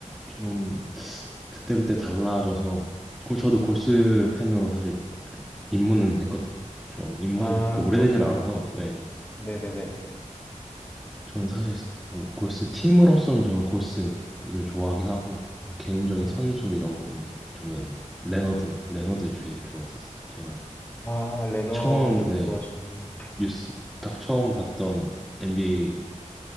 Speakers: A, in the centre; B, on the left.
A: 좀 그때그때 달라져서 골 저도 골스 팬으로 사실 입문은 했거든요. 저 입문한
B: 아,
A: 지 그렇게 오래되진
B: 그렇군요.
A: 않아서 네.
B: 네네네.
A: 저는 사실 뭐 골스 팀으로서는 저는 골스를 좋아하긴 하고 그냥 개인적인
B: 네.
A: 선수 이런 건 저는 레너드
B: 음.
A: 레너드 되게 좋아했었어요. 제가
B: 아, 레너드를
A: 처음 네
B: 좋아하시는군요.
A: 뉴스 딱 처음 봤던 NBA